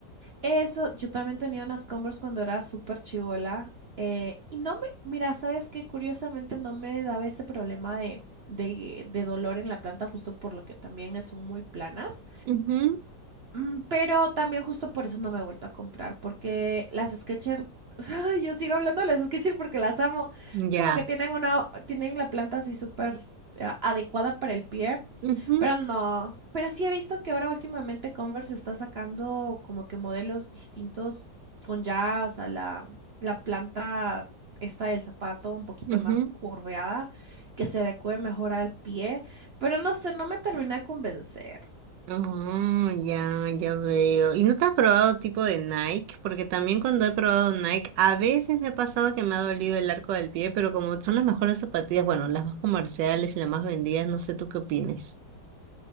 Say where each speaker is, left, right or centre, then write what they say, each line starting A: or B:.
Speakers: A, on the right; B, on the right.
A: Eso, yo también tenía unas Converse cuando era súper chivola. eh, y no me, mira, ¿sabes qué? Curiosamente no me daba ese problema de, de, de dolor en la planta, justo por lo que también son muy planas.
B: Ujú,
A: Mm, Pero también justo por eso no me he vuelto a comprar, porque las Skechers, <laughs> o sea, yo sigo hablando de las Skechers porque las amo.
B: Ya.
A: Como que tienen una, tienen la planta así súper eh, adecuada para el pie.
B: Ujú.
A: Pero no, pero sí he visto que ahora últimamente Converse está sacando como que modelos distintos con ya, o sea, la, la planta esta del zapato un poquito
B: Ujú.
A: más curveada, que se adecue mejor al pie, pero no sé, no me termina de convencer.
B: Oh, ya, ya veo. ¿Y no te has probado tipo de Nike? Porque también cuando he probado Nike, a veces me ha pasado que me ha dolido el arco del pie, pero como son las mejores zapatillas, bueno, las más comerciales y las más vendidas, no sé tú qué opines.